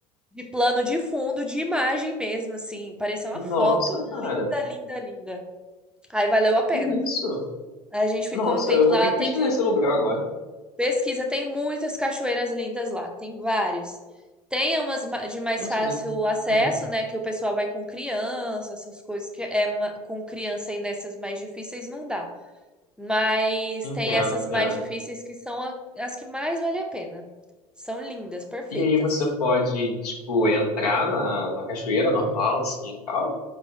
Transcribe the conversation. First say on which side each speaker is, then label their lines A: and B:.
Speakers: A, in the centre; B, on the left.
A: de plano de fundo, de imagem mesmo, assim. Parecia uma
B: Nossa,
A: foto.
B: cara.
A: Linda, linda, linda. Aí valeu a pena.
B: Que isso?
A: Aí a gente ficou
B: Nossa,
A: um tempo
B: eu vou
A: lá,
B: ter que
A: tem
B: pesquisar
A: que
B: esse lugar agora.
A: Pesquisa, tem muitas cachoeiras lindas lá, tem vários. Tem umas ma- de mais
B: Nossa,
A: fácil
B: mas eu-
A: acesso,
B: uhum.
A: né? Que o pessoal vai com criança, essas coisas que é ma- com criança e nessas mais difíceis não dá. Mas
B: Entendo,
A: tem essas
B: entendo.
A: mais difíceis que são a- as que mais vale a pena. São lindas, perfeitas.
B: E aí você pode, tipo, entrar na, na cachoeira normal, assim, e tal?